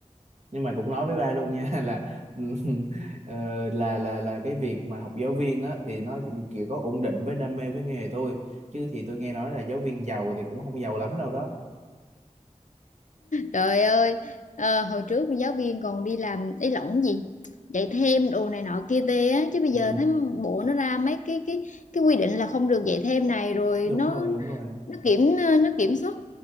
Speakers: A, on the right (about 60°); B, on the left (about 75°).
A: nhưng mà cũng nói với ba luôn nha <laughs> là <laughs> ờ, là là là cái việc mà học giáo viên á thì nó chỉ có ổn định với đam mê với nghề thôi chứ thì tôi nghe nói là giáo viên giàu thì cũng không giàu lắm đâu đó
B: Trời ơi, ờ, hồi trước giáo viên còn đi làm ý lỏng gì dạy thêm đồ này nọ kia tê á chứ bây
A: ừ
B: giờ thấy bộ nó ra mấy cái cái cái quy định là không được dạy thêm này rồi
A: đúng
B: nó
A: rồi đúng rồi
B: nó kiểm ờ, nó kiểm soát